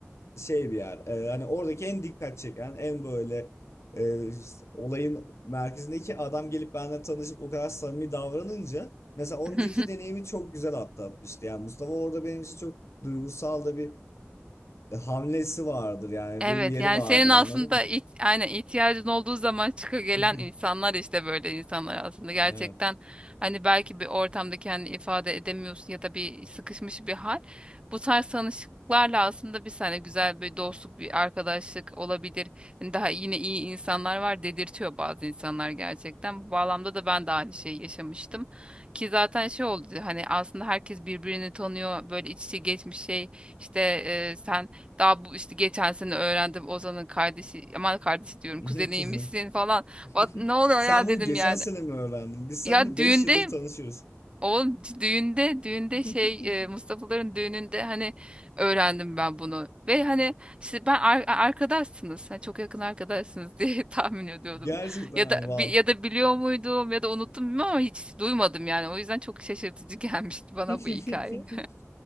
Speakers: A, on the left (about 75°); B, on the right (about 25°).
A: şey bir yer. Ee, hani oradaki en dikkat çeken, en böyle e, olayın merkezindeki adam gelip benimle tanışıp o kadar samimi davranınca mesela
B: <laughs>
A: önceki deneyimi çok güzel atlatmıştı. Yani Mustafa orada benim için çok duygusal da bir e, hamlesi vardır. Yani
B: Evet
A: benim yeri
B: yani
A: vardır
B: senin aslında
A: anladın mı?
B: iht aynen ihtiyacın olduğu zaman çıka gelen
A: <laughs>
B: insanlar işte böyle insanlar aslında gerçekten
A: Evet.
B: hani belki bir ortamda kendini ifade edemiyorsun ya da bir sıkışmış bir hal. Bu tarz tanışıklarla aslında bir sene güzel bir dostluk bir arkadaşlık olabilir. Hani daha yine iyi insanlar var dedirtiyor bazı insanlar gerçekten. Bu bağlamda da ben de aynı şeyi yaşamıştım. Ki zaten şey oldu hani aslında herkes birbirini tanıyor böyle iç içe geçmiş şey işte e, sen daha bu işte geçen sene öğrendim Ozan'ın kardeşi, aman kardeşi diyorum
A: <laughs>
B: kuzeniymişsin
A: Kuzum.
B: falan. Bak
A: <laughs>
B: ne oluyor
A: Sen
B: ya
A: bunu
B: dedim
A: geçen
B: yani.
A: sene mi öğrendin? Biz seninle
B: Ya düğünde
A: beş yıldır tanışıyoruz.
B: o düğünde düğünde
A: <laughs>
B: şey e, Mustafa'ların düğününde hani öğrendim ben bunu. Ve hani işte ben ar- arkadaşsınız. Hani çok yakın arkadaşsınız <laughs> diye tahmin ediyordum.
A: Gerçekten
B: Ya da
A: wow.
B: bi- ya da biliyor muydum ya da unuttum bilmiyorum ama hiç duymadım yani. O yüzden çok şaşırtıcı <laughs> gelmişti bana
A: <laughs>
B: bu hikaye.